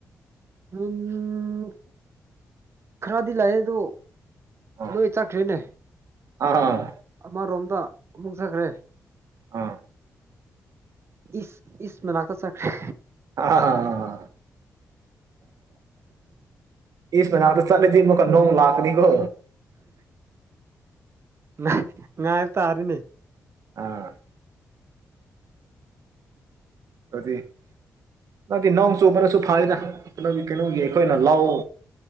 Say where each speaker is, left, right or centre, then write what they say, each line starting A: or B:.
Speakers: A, on the right; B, on the right.
A: ꯎꯝ ꯈꯔꯗꯤ ꯂꯥꯛꯑꯦ ꯑꯗꯣ
B: ꯑꯥ
A: ꯂꯣꯏ ꯆꯠꯈ꯭ꯔꯦꯅꯦ
B: ꯑꯥ
A: ꯑꯃꯔꯣꯝꯗ ꯑꯃꯨꯛ ꯆꯠꯈ꯭ꯔꯦ
B: ꯑꯥ
A: ꯏꯁ ꯏꯁ ꯃꯅꯥꯛꯇ ꯆꯠꯈ꯭ꯔꯦ
B: ꯑ ꯍꯥ ꯍꯥꯍꯥ ꯑꯦꯛꯁ ꯃꯅꯥꯛꯇ ꯆꯠꯂꯗꯤꯀꯣ ꯅꯣꯡ ꯂꯥꯛꯀꯅꯤꯀꯣ
A: ꯉꯥꯏ ꯉꯥꯏ ꯇꯥꯔꯦꯅꯦ
B: ꯑꯥ ꯑꯗꯨꯗꯤ ꯅꯗꯤ ꯅꯣꯡ ꯆꯨꯕꯅꯁꯨ ꯐꯔꯦꯗ ꯀꯩꯅꯣꯒꯤ ꯀꯩꯅꯣꯒꯤ ꯑꯩꯈꯣꯏꯅ ꯂꯧ